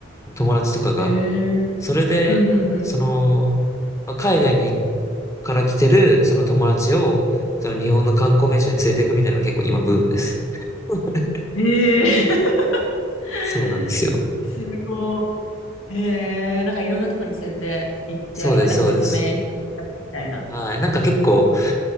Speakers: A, on the left (about 15°); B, on the left (about 85°).
A: 友達とかが。
B: ん。えー。
A: それで、
B: うんうん
A: その、まあ海外にから来てる、その友達を、その日本の観光名所に連れていくみたいなのが結構今ブームです。<laughs>
B: うん。えー。<laughs>
A: そうなんですよ。
B: すごい。えー。なんかいろんなとこに連れて行ってあげて、
A: そうです、
B: なんか説明したみたいな。
A: そうです。はい。なんか結構